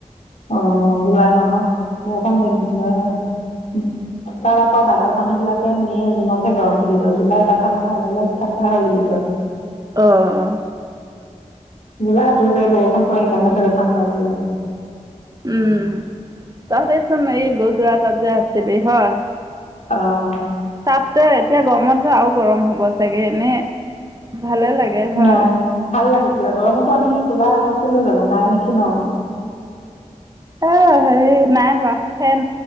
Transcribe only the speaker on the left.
অ জুলাই মাহত বৰষুণ নিদিয়ে হয়। তাত আকৌ বাহিৰৰ মানুহ বিলাকে মে' জুনতহে গৰম বুলি কয় জুলাই এটা ঠাণ্ডা জুলাইত ঠাণ্ডা হয় বুলি কয়।
জুলাইটো যে বৰষুণটো পৰে সেইকাৰণে ঠাণ্ডা বুলি কয়।
আহ
নাই ভাল লাগিছিলে গৰমতো আমি কুলাৰ লৈ আজিলে জানো নাই নেকি ন